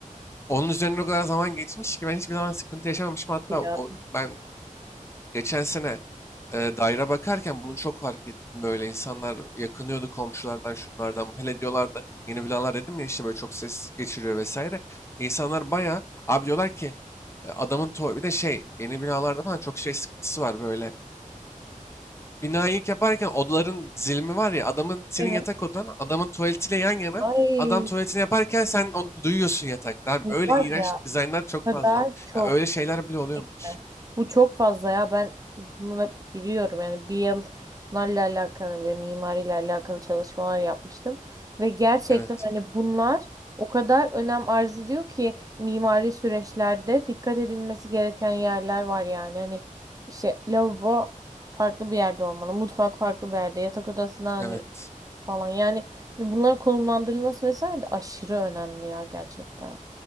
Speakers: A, on the left; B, on the right.
A: onun üzerine o kadar zaman geçmiş ki ben hiçbir zaman sıkıntı yaşamamışım hatta
B: Ya.
A: o, ben Geçen sene e, daire bakarken bunu çok fark ettim. Böyle insanlar yakınıyordu komşulardan şunlardan. Hele diyorlardı yeni binalar dedim ya işte böyle çok ses geçiriyor vesaire. İnsanlar baya abi diyorlar ki e, adamın tuva- bir de şey yeni binalarda falan çok şey sıkıntısı var böyle. Binayı ilk yaparken odaların dizilimi var ya adamın senin
B: Evet.
A: yatak odan adamın tuvaletiyle yan yana
B: Ay
A: adam tuvaletini yaparken sen onu duyuyorsun yatakta. Abi
B: bu
A: öyle
B: var
A: iğrenç
B: ya
A: dizaynlar çok
B: o
A: fazla.
B: kadar çok.
A: Ya öyle şeyler bile oluyormuş.
B: Kesinlikle. Bu çok fazla ya ben bunu biliyorum yani bir yıl bunlarla alakalı ve mimariyle alakalı çalışmalar yapmıştım ve gerçekten
A: Evet.
B: hani bunlar o kadar önem arz ediyor ki mimari süreçlerde dikkat edilmesi gereken yerler var yani hani işte lavabo farklı bir yerde olmalı mutfak farklı bir yerde yatak odasına hani
A: Evet.
B: falan yani hani bunların konumlandırılması vesaire de aşırı önemli ya gerçekten.